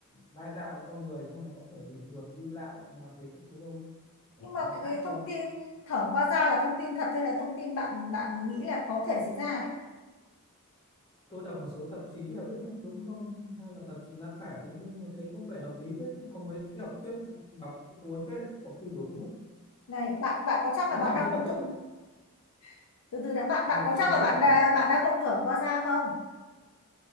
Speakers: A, on the left; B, on the left.
A: lai tạo cho con người xong là có thể bình thường đi lại xong làm việc các thứ không để
B: nhưng
A: nó
B: mà
A: nó
B: cái,
A: khác
B: cái
A: không
B: thông tin thở qua da là thông tin thật hay là thông tin bạn bạn nghĩ là có thể xảy ra đấy
A: tôi đọc một số tạp chí là biết là có đúng không hay là tạp chí lá cải đúng bên mà thấy có vẻ hợp lý phết có mấy cái học thuyết đọc cũng cuốn phết đấy có khi đúng đấy
B: này bạn bạn có chắc
A: nhưng
B: là bạn
A: mà
B: đang
A: nhưng
B: không
A: mà tôi
B: thực <laughs> từ từ đã bạn
A: nhưng
B: bạn
A: mà
B: có
A: tôi
B: chắc
A: nghĩ
B: là bạn
A: là
B: đã, bạn đã không thở qua da không